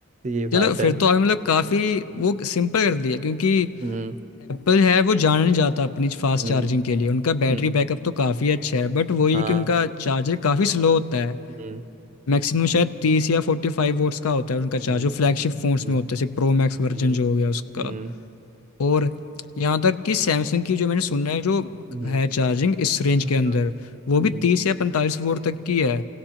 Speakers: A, on the right; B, on the left.
A: ये बात
B: चलो फिर
A: है
B: तो आपने मतलब काफ़ी वो सिंपल कर दिया क्योंकि
A: हम्म
B: एप्पल है वो जाना नहीं जाता अपनी फास्ट
A: हम्म
B: चार्जिंग के लिए उनका बैटरी
A: हम्म
B: बैकअप तो काफ़ी अच्छा है बट वही
A: हाँ
B: है कि उनका चार्जर काफ़ी स्लो होता है
A: हम्म
B: मैक्सिमम शायद तीस या फोर्टी फाइव वोट्स का होता है उनका चार्ज
A: हम्म
B: जो फ्लैगशिप फोन्स
A: हम्म
B: में होता है जैसे प्रो मैक्स वर्जन
A: हम्म
B: जो हो गया उसका
A: हम्म
B: और यहाँ तक कि सैमसंग की जो मैंने सुना है जो
A: हम्म,
B: है चार्जिंग इस रेंज
A: हाँ,
B: के अंदर वो
A: हम्म,
B: भी तीस या पैंतालीस वोल्ट तक की है